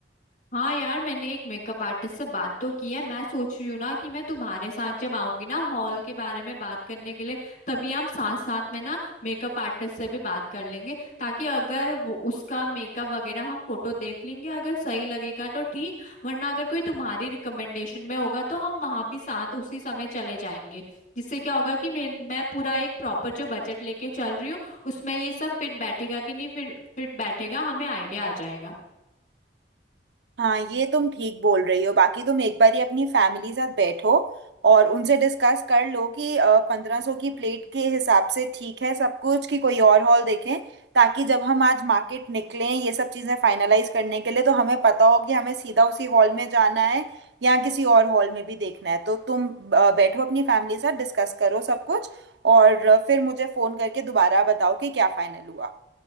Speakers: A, on the left; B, on the right.
A: हाँ यार मैंने एक मेकअप आर्टिस्ट से बात तो की है मैं सोच रही हूँ ना कि मैं तुम्हारे साथ जब आऊंगी ना हॉल के बारे में बात करने के लिए तभी हम साथ साथ में ना मेकअप आर्टिस्ट से भी बात कर लेंगे ताकि अगर वो उसका मेकअप वगैरह हम फोटो देख लेंगे अगर सही लगेगा तो ठीक वरना अगर कोई तुम्हारी रिकमेंडेशन में होगा तो हम वहां भी साथ उसी समय चले जाएंगे जिससे क्या होगा कि मैं मैं पूरा एक प्रॉपर जो बजट लेके चल रही हूँ उसमें ये सब फिट बैठेगा कि नहीं फिर फिट बैठेगा हमें आइडिया आ जाएगा
B: हाँ ये तुम ठीक बोल रही हो बाकी तुम एक बार ही अपनी फैमिली साथ बैठो और उनसे डिस्कस कर लो कि पंद्रह सौ की प्लेट के हिसाब से ठीक है सब कुछ कि कोई और हॉल देखें ताकि जब हम आज मार्केट निकलें ये सब चीज़ें फाइनलाइज करने के लिए तो हमें पता हो कि हमें सीधा उसी हॉल में जाना है या किसी और हॉल में भी देखना है तो तुम अ, बैठो अपनी फैमिली साथ डिस्कस करो सब कुछ और अ, फिर मुझे फ़ोन करके दोबारा बताओ कि क्या फाइनल हुआ